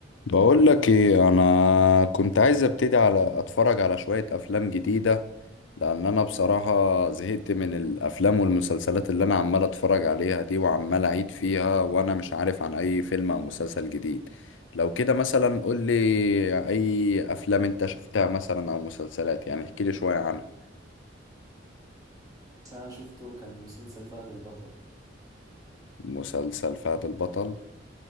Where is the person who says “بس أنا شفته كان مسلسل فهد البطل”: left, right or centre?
Right